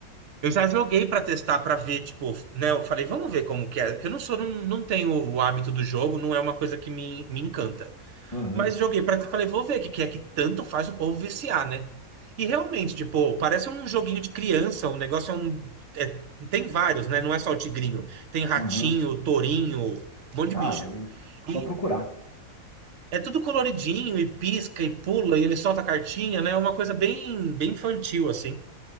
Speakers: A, on the right; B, on the left.
A: Eu já joguei pra testar, pra ver, tipo, né? Eu falei, vamos ver como que é. Eu não sou, não, não tenho o hábito do jogo, não é uma coisa que me, me encanta.
B: Uhum,
A: Mas joguei pra falei, vou ver o que que é que tanto faz o povo viciar, né? E realmente, tipo, parece um joguinho de criança, um negócio é um. é- tem vários, né? Não é só o tigrinho. Tem ratinho,
B: uhum.
A: tourinho, um monte de
B: Ah,
A: bicho.
B: eu- só
A: E
B: procurar.
A: é tudo coloridinho, e pisca, e pula, e ele solta a cartinha, né? É uma coisa bem, bem infantil, assim.